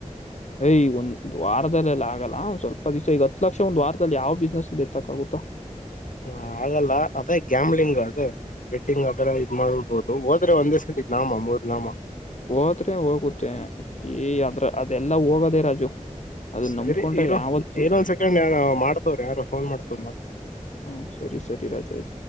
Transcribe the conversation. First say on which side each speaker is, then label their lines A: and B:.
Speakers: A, on the left; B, on the left.
A: ಏ್ ಈಗೊಂದ್ ವಾರದಲ್ಲೆಲ್ಲ ಆಗಲ್ಲ ಸ್ವಲ್ಪ ದಿವಸ ಈಗತ್ತು ಹ ಲಕ್ಷ ಒಂದು ವಾರದಲ್ಲಿ ಯಾವ ಬಿಸ್ನೆಸ್ ಅಲ್ಲಿ ಎತ್ತಕ್ಕ ಆಗುತ್ತಾ
B: ಹ ಹಾಗಲ್ಲ ಅದೇ ಗ್ಯಾಮ್ಲಿಂಗ್ ಅದೇ ಬೆಟ್ಟಿಂಗ್ ಆ ತರ ಇದ್ ಮಾಡ್ಡ್ಬೋುದು ಹೋದ್ರೆ ಒಂದೇಸಂ ಇದ್ ನಾಮ ಮೂರ್ ನಾಮ
A: ಹೋದ್ರೆ ಹೋಗುತ್ತೆ ಈ ಅದ್ರ ಅದೆಲ್ಲಾ ಹೋಗೋದೆೇ ರಾಜು ಅದನ್ನ
B: ಸರಿ
A: ನಂಬ್ಕೊಂಡ್ರೆ
B: ಇರೋ
A: ಯಾವತ್ತು
B: ಇನೊಂದ್ ಸೆಕೆಂಡ್ ಮಾಡ್ತವ್ರ ಯಾರು ಫೋನ್ ಮಾಡ್ತವ ಮಾಡ್ತ
A: ಹ್ಮ ಸರಿ ಸರಿ ರಾಜಾಯ